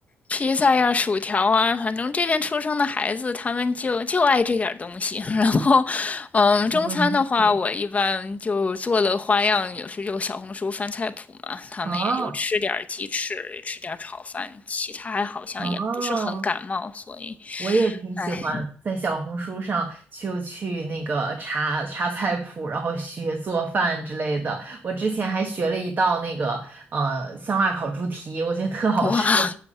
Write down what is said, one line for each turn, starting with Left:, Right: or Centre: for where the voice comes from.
Left: 披萨呀、薯条啊，反正这边出生的孩子他们就就爱这点东西。<laughs> 然后，嗯，中餐的话，
Right: 嗯，是的，
Left: 我一般就做了花样，有时就小红书翻菜谱嘛，他们也就吃点鸡翅，
Right: 哦
Left: 吃点炒饭，其他还好像也不是很感冒，
Right: 哦，
Left: 所以。
Right: 我也挺喜欢在小红书上就去那个查查菜谱，
Left: 哎，
Right: 然后学做饭之类的。我之前还学了一道那个呃香辣烤猪蹄，我觉得特好吃。
Left: <laughs> 哇，